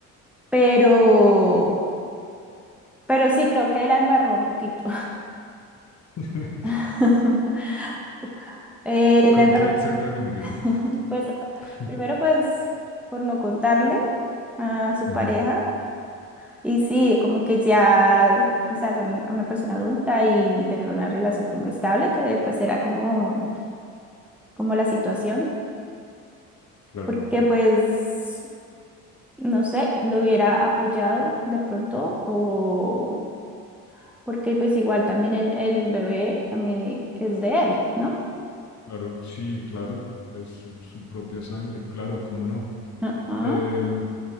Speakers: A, in the centre; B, on the left.
A: pero, pero sí creo que la embarró un poquito.
B: <laughs>
A: <laughs> Eh,
B: ¿Con
A: la embarró,
B: qué exactamente?
A: <laughs> pues,
B: <laughs>
A: primero pues por no contarle. a su
B: Ujú,
A: pareja. Y sí, como que ya, o sea, son una persona adulta y tener una relación como estable, que pues era como, como la situación,
B: claro.
A: porque pues, no sé, lo hubiera apoyado de pronto o porque pues igual también el, el bebé también i- es de él, ¿no?
B: Claro, sí, claro, es su su propia sangre, claro, cómo no.
A: Ajá.
B: Em,